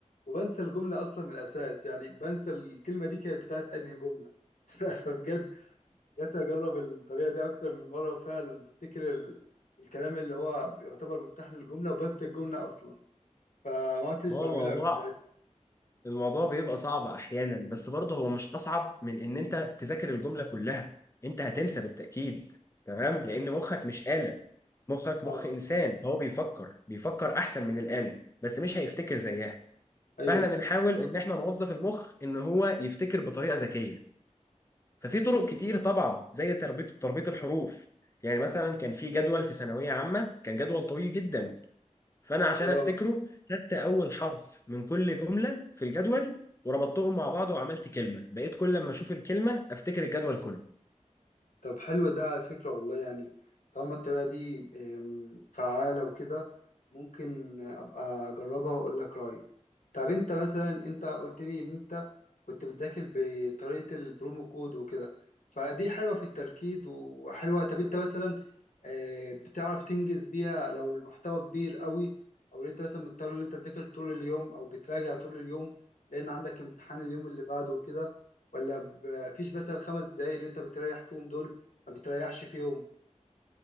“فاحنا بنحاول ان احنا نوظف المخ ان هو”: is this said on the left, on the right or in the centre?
Left